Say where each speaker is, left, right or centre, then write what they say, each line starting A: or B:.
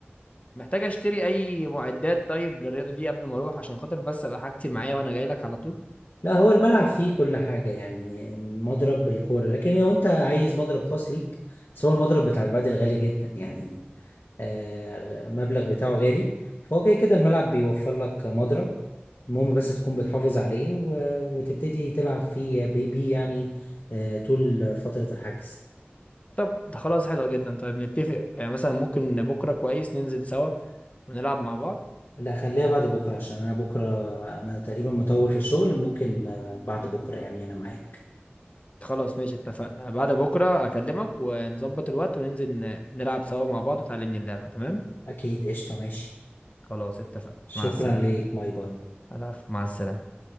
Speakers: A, on the left; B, on the left.
A: محتاج اشتري اي معدات طيب للرياضه دي قبل ما اروح عشان خاطر بس ابقى حاجتي معايا وانا جاي لك على طول
B: لا هو الملعب فيه كل حاجة يعني مضرب
A: آه.
B: الكورة لكن لو انت عايز مضرب خاص ليك بس هو المضرب بتاع البادل غالي جدا يعني آه، مبلغ بتاعه غالي فهو كده كده الملعب بيوفر لك مضرب المهم بس تكون بتحافظ عليه و- وتبتدي تلعب فيه بي بي يعني آه، طول فترة الحجز
A: طب ده خلاص حلو جدا طيب نتفق يعني مثلا ممكن بكره كويس ننزل سوا ونلعب مع بعض
B: لا خليها بعد بكرة عشان أنا بكرة أنا تقريبا مطول في الشغل ممكن آه، بعد بكرة يعني أنا معاك
A: خلاص ماشي اتفقنا بعد بكره اكلمك ونظبط الوقت وننزل ن- نلعب سوا مع بعض وتعلمني اللعبه تمام
B: أكيد قشطة ماشي
A: خلاص اتفقنا
B: شكرا
A: مع السلامه
B: ليك باي باي
A: العفو مع السلامه